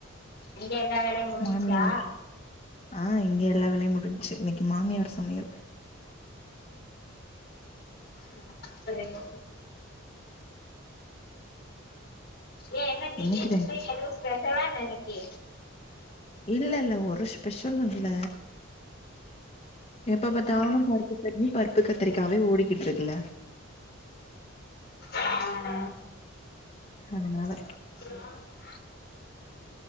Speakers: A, on the left (about 50°); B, on the left (about 30°).
A: அங்க எல்லா வேலையு முடுஞ்ச்சா
B: மாமியார் ஆ இங்க எல்லா வேலையு முடிஞ்ச்சு இன்னிக்கி மாமியார் சமையல்
A: ம் செரிங்க ஏ என்ன திடிர்னுட்டு
B: என்னைக்குதே
A: எதுவு ஸ்பெஷலா என்ன இன்னைக்கு
B: இல்லல்ல ஒரு ஸ்பெஷலு இல்ல எப்ப பாத்தாலு பருப்பு சட்னி பருப்பு கத்திரிக்காவே ஓடிக்கிட்டுக்குல
A: ஆ
B: அதனால
A: ஆ